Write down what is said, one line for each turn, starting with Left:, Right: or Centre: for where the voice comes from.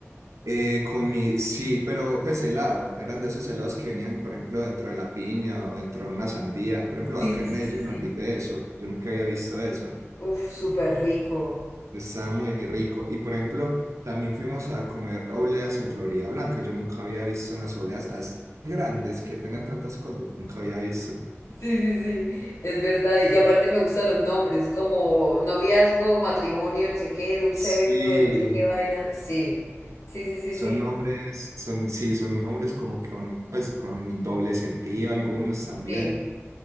Right: Eh, comí, sí, pero pues helado, eran de esos helados que venían, por ejemplo, dentro de la piña o dentro de una sandía. Por ejemplo,
Left: Sí,
Right: acá
Left: sí,
Right: en
Left: sí,
Right: Medellín
Left: sí, sí.
Right: no hay de eso, yo nunca había visto eso,
Left: Uf, súper rico.
Right: estaba muy rico. Y por ejemplo, también fuimos a comer obleas en Florida Blanca, yo nunca había visto unas obleas así grandes que tengan tantas cosas, nunca había visto.
Left: Sí, sí, sí, es verdad. Y aparte me gustan los nombres, como noviazgo, matrimonio, no sé qué, dulce
Right: Sí,
Left: beso, de no sé qué vaina. Sí, sí, sí, sí,
Right: son
Left: sí,
Right: nombres, son, sí, son nombres como con, pues, con doble sentido, algunos también.
Left: sí.